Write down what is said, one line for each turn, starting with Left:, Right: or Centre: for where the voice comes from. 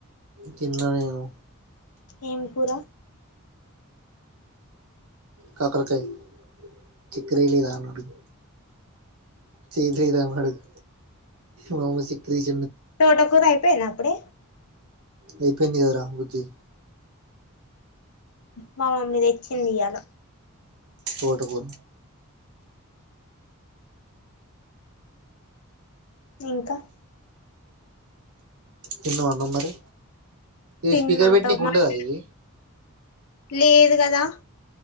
Right: తిన్న నేను
Left: ఏం కూర
Right: కాకరకాయ్ చిక్కరేయ్య లేదా అని అడుగు చేద్ లేదా అని అడుగు మా అమ్మ చెక్కరేస్
Left: తోట కూర అయిపోయింద అప్పుడే
Right: అయిపొయింది కదరా బుజ్జి
Left: మా మమ్మీ తెచ్చింది ఇయ్యల
Right: తోటకూర
Left: ఇంకా
Right: తిన్నవా అన్నం మరి ఇది
Left: తిన్నా
Right: స్పీకర్ పెట్టి
Left: టమాట
Right: నీకి ఉండదా ఇది
Left: లేదు కదా